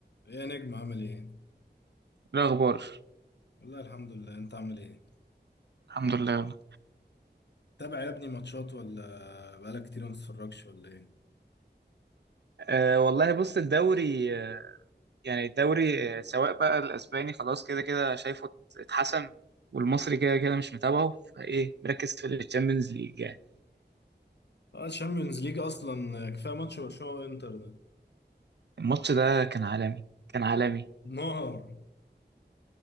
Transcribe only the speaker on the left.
ايه يا نجم عامل ايه؟
والله الحمد لله انت عامل ايه؟
تابع يا ابني ماتشات ولا بقالك كتير ما تتفرجش ولا ايه؟
اه الشامبيونز ليج اصلا كفايه ماتش برشلونه وانتر ده
نار